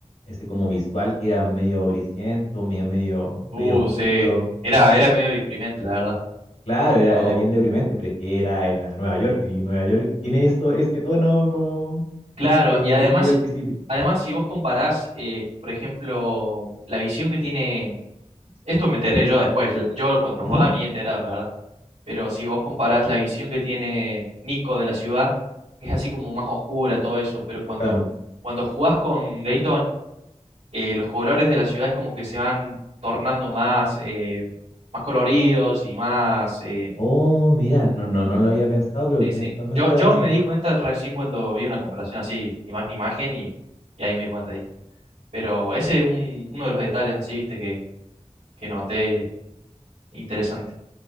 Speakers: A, on the left; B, on the right.
A: ese como visual que era medio grisiento, medio, medio, medio
B: Uh,
A: oscuro.
B: sí. Era, era medio deprimente, la verdad.
A: Claro,
B: Pero,
A: era, era bien deprimente, pero es que era, era Nueva York, y Nueva York tiene eso, ese tono como
B: claro,
A: eh,
B: y además,
A: Li- Liberty City.
B: además si vos comparás, eh, por ejemplo, la visión que tiene, esto me enteré yo después, yo cuando lo
A: Ujú,
B: jugaba ni enterado, la verdad, pero si vos comparás la visión que tiene Nico de la ciudad, es así como más oscura, todo eso, pero cuando,
A: Claro.
B: cuando jugás con Gay eh, los colores de las ciudades como que se van tornando más, eh, más coloridos y más... eh,
A: Oh, mira, no, no, no lo había pensado, pero
B: sí,
A: tienes
B: sí.
A: totalmente
B: Yo, yo
A: la razón.
B: me di cuenta recién cuando vi una comparación así, imagen a imagen, y, y ahí me di cuenta. ¿viste? Pero ese es un- uno de los detalles así, viste, que, que noté interesante.